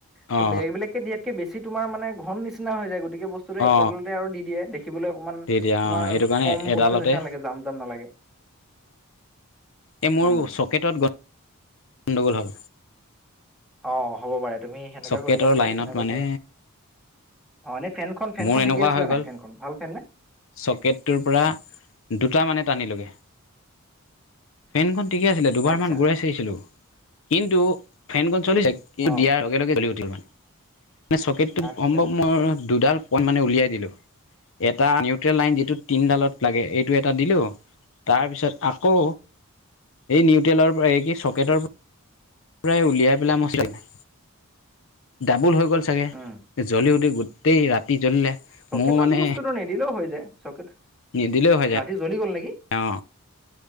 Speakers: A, in the centre; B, on the left.
A: ত
B: অ
A: বেলেগ বেলেগকে দিয়াতকে বেছি তমাৰানে ঘন নিচিনা হৈ যায় গতিকে বস্তুটো
B: অ
A: একেডালতে আৰু দি দিয়ে দেখিবলৈ অকমান
B: দি দিয়া
A: তোমাৰ
B: অ এইটো কাৰণে
A: কম
B: এডালতে
A: বস্তু নিচিনা লাগে জাম জাম নালাগে
B: এ মোৰ
A: উম
B: চকেটত গ গণ্ডগোল হল
A: অ হ'ব পাৰে তুমি সেনেকুৱা
B: চকেটৰ
A: কৰিলা চাগে
B: লাইনত
A: কেনেবাকে
B: মানে
A: অ এনেই ফেনখন ফেনখন
B: মোৰ এনেকুৱা
A: ঠিকে আছিলে
B: হৈ গ'ল
A: নাই ফেনখন ভাল ফেন নে
B: চকেটটোৰ পৰা দুটা মানে টানি লোগে ফেনখন ঠিকে আছিলে দুবাৰ
A: আচ্ছা
B: মান ঘুৰাই চাইছিলোঁ কিন্তু ফেনখন চলিছে কিন্তু
A: অ
B: দিয়াৰ লগে লগে জ্বলি উঠ ঠিলমানে চকেটো
A: আচ্ছা
B: কম বা মই <unintelligible> দুডাল পইণ্ট মানে উলিয়াই দিলো এটা নিউত লাইন যিটো তিনিডালৰ লাগে এইটো এটা দিলো তাৰপিছত আকৌ এই নিউট্ৰেলৰ পৰা এই কি চকেটৰ পৰা পৰাই উলিয়াই পেলাই মই চাই, ডাবুল হৈ গ'ল চাগে
A: উম
B: জ্বলি উঠি গো গোটেই ৰাতি জ্বলিলে
A: চকেটত
B: মোৰ মানে
A: বস্তুটো নিদিলেও হৈ যায় চকেটত
B: নিদিলেও হৈ যায়
A: ৰাতি জ্বলি গ'ল নেকি?
B: অ